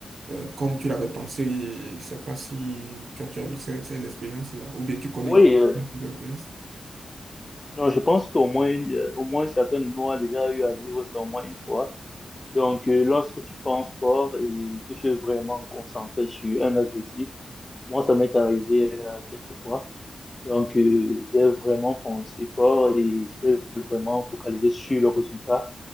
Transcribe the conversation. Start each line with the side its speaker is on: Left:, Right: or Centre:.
Right: euh, comme tu l'avais pensé? Je ne sais pas si tu as, tu as eu ces, ces expériences-là ou bien tu connais
Left: Oui, euh,
Right: des expériences.
Left: non, je pense qu'au moins, euh, au moins chacun de nous a déjà eu à vivre ça au moins une fois. Donc, euh, lorsque tu penses fort et que tu es vraiment concentré sur un objectif, moi, ça m'est arrivé euh, quelques fois. Donc, euh, j'ai vraiment pensé fort et j'étais vraiment focalisé sur le résultat.